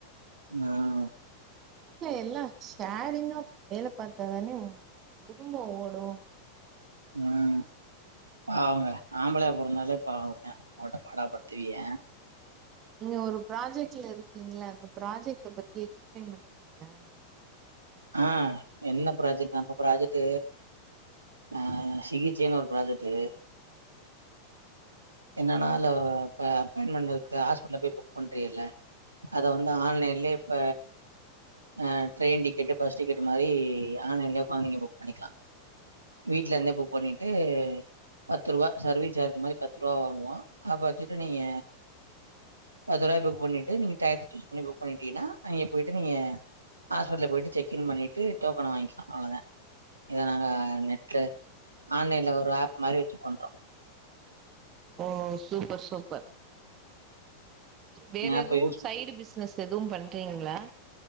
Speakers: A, on the right; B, on the right.
A: ஆஹ்
B: எல்லாம் ஷேர்ரிங்கா வேலை பார்த்தாதானே குடும்பம் ஓடும்
A: உம் பாவங்க ஆம்பளையா பொறந்தாலே பாவம் தான் போட்டு பாடா படுத்துவிக
B: நீங்க ஒரு ப்ராஜெக்ட்ல இருக்கீங்களா அந்த ப்ராஜெக்ட பத்தி எக்ஸ்பிளைன் பண்றீங்கள
A: ஆஹ் என்ன ப்ராஜெக்ட் நம்ம ப்ராஜெக்ட் அஹ் சிகிச்சைன்னு ஒரு ப்ராஜெக்ட் என்னன்னா அதுல அப்பாயின்மெண்ட் ஹாஸ்பிடல் போய் புக் பண்றில்ல அத வந்து ஆன்லைன்லயே இப்ப ஆ ட்ரெயின் டிக்கெட்டு பஸ் டிக்கெட் மாதிரி ஆன்லைன்லே உட்காந்து நீங்க புக் பண்ணிக்கலாம் வீட்ல இருந்தே புக் பண்ணிட்டு பத்து ரூபா சர்வீஸ் சார்ஜ் மாதிரி பத்து ரூபா வாங்குவான் வச்சிட்டு நீங்க பத்து ரூபாய்க்புக் பண்ணிட்டு பண்ணீங்கன்னா அங்க போயிட்டு நீங்க ஹாஸ்பிடல போயிட்டு செக் புக் பண்ணிட்டு டோக்கன வாங்கிக்கலாம் அவ்வளோ தான் இத நாங்க நெட்ல ஆன்லைன்ல ஒரு ஆப் மாதிரி வச்சு பண்றோம்
B: ஓ சூப்பர் சூப்பர் வேற
A: ஏன்னா
B: எதுவும்
A: இப்ப யூஸ்
B: சைடு பிசினசு அதுவும் பண்ண இருக்கிங்களா